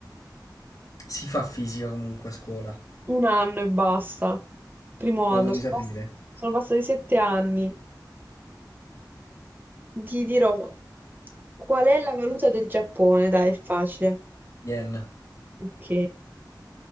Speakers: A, on the left; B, on the right.
A: Si fa fisica comunque a scuola.
B: Un anno e basta. Primo anno,
A: Lo devi
B: sono
A: sapere.
B: pass- sono passati sette anni. Ti dirò qual è la valuta del Giappone? Dai, è facile.
A: Yen.
B: Ok.